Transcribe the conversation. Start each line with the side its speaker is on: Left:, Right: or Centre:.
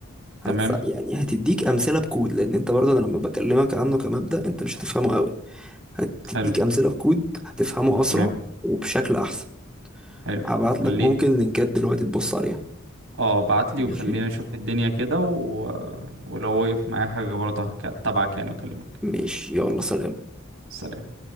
Centre: هت...
Right: تمام
Centre: يعني هتديك أمثلة بكود لأن أنت برضه أنا لما بكلمك عنه كمبدأ أنت مش هتفهمه قوي هتديك
Right: حلو
Centre: امثله في كود هتفهمه اسرع
Right: تمام
Centre: وبشكل احسن
Right: حلو
Centre: هبعت
Right: خليني
Centre: لك ممكن لينكات دلوقتي تبص عليها
Right: اه بعت لي
Centre: ماشي
Right: وخلينا نشوف الدنيا كده و... ولو وقف معايا حاجة برضه هك- هتابعك يعني واكلمك
Centre: ماشي يلا سلام
Right: سلام